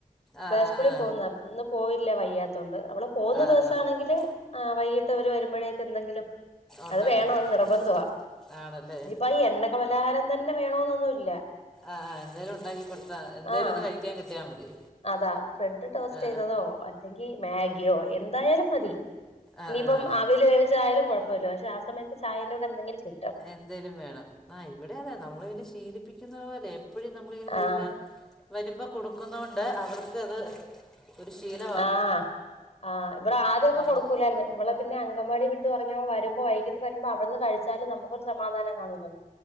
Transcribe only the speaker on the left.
പ്ലേ
സ്കൂളി
പോകുന്നതാ ഇന്ന് പോയില്ല വയ്യാത്തോണ്ട് അവള് പോകുന്ന
ദിവസം
ആണെങ്കില് ആഹ് വൈകിട്ടവര് വരുമ്പോഴേക്കും എന്തെങ്കിലും
അത് വേണം
അത് നിർബന്ധവാ
അപ്പ ഈ എണ്ണക്ക പലഹാരം തന്നെ വേണോന്നൊന്നു ഇല്ല
ആഹ്
അതാ ബ്രെഡ് ടോസ്റ്റ്
ചെയ്തതോ അല്ലെങ്കി മാഗിയോ എന്തായാലും മതി
ഇനിയിപ്പം
അവില് വേവിച്ച ആയാലും കൊഴ പ്പില്ല പക്ഷെ ആ സയത്ത് ചായൻന്റുടെ എന്തെിലും കി
ആഹ്
ആഹ് ആഹ് ഇവടെ ആദ്യക്കെ
കൊടുക്കൂലായിരുന്ന്. ഇവളെ പിന്നെ അങ്കവാടി വിട്ട് പറഞ്ഞ വരുമ്പോ വൈകീട്ട് വരുമ്പോ അവട്ന്ന് കഴിച്ചാലും നമുക്കൊരു സമാധാനം കാണൂലല്ലോ.